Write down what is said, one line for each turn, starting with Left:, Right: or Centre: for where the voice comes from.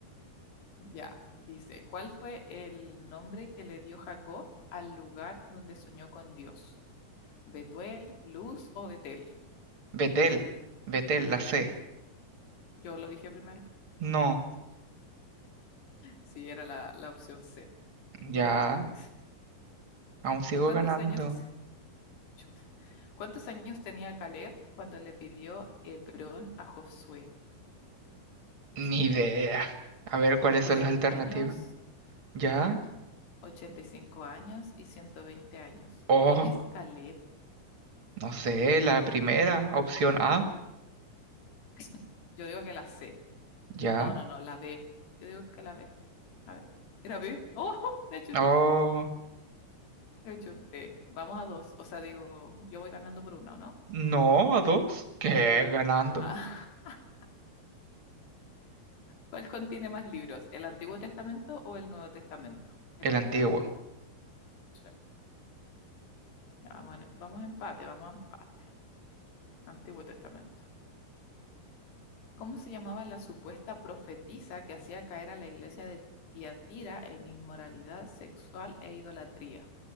Left: Ya, dice, ¿cuál fue el nombre que le dio Jacob al lugar donde soñó con Dios? ¿Betuel, Luz o Betel?
Right: Betel.
Left: Betel,
Right: Betel, la
Left: sí.
Right: C.
Left: Yo lo dije primero.
Right: No,
Left: Sí, era la, la opción C. No,
Right: ya.
Left: me dice.
Right: Aún sigo
Left: ¿Cuántos
Right: ganando.
Left: años? Chuta. ¿Cuántos años tenía Caleb cuando le pidió Hebrón a Josué?
Right: Ni
Left: ¿Qué?
Right: idea. A ver cuáles
Left: Cuarenta
Right: son las alternativas.
Left: años,
Right: ¿Ya?
Left: ochenta y cinco años y ciento veinte años?
Right: Oh,
Left: ¿Quién es Caleb?
Right: no sé, la primera, opción A.
Left: <laughs> Yo digo que la C.
Right: ¿Ya?
Left: No, no, no, la B. Yo digo que la B. A ver. Era B. Oh, <laughs> le achunté.
Right: Oh.
Left: Le achunté. Vamos a dos. O sea, digo, yo voy ganando por una, ¿o no?
Right: No, a dos. ¿Qué? Ganando.
Left: Ah. <laughs> ¿Cuál contiene más libros? ¿El Antiguo Testamento o el Nuevo Testamento? El
Right: El
Left: Antiguo.
Right: antiguo.
Left: Sí. Vamos, en- vamos a empate, vamos a empate. Antiguo Testamento. ¿Cómo se llamaba la supuesta profetisa que hacía caer a la iglesia de Tiatira en inmoralidad sexual e idolatría?